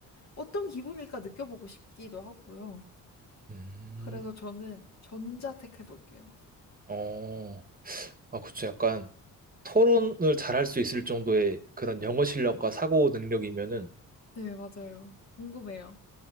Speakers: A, on the left; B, on the right.
A: 어떤 기분일까 느껴보고 싶기도 하고요.
B: 음,
A: 그래서 저는 전자 택해볼게요.
B: 어, 아, 그쵸. 약간 토론을 잘할 수 있을 정도의 그런 영어 실력과 사고 능력이면은,
A: 네, 맞아요. 궁금해요.